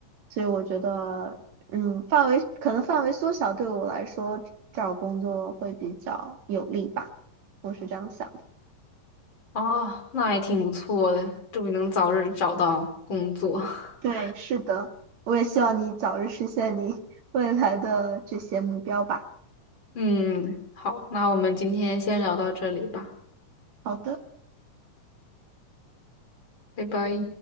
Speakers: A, on the right; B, on the left.
A: 所以我觉得，嗯，范围可能范围缩小对我来说找工作会比较有利吧，我是这样想。
B: 哦，那也挺不错的，祝你能早日找到工作。<laughs>
A: 对，是的，我也希望你早日实现你未来的这些目标吧。
B: 嗯，好，那我们今天先聊到这里吧，
A: 好的。
B: 拜拜。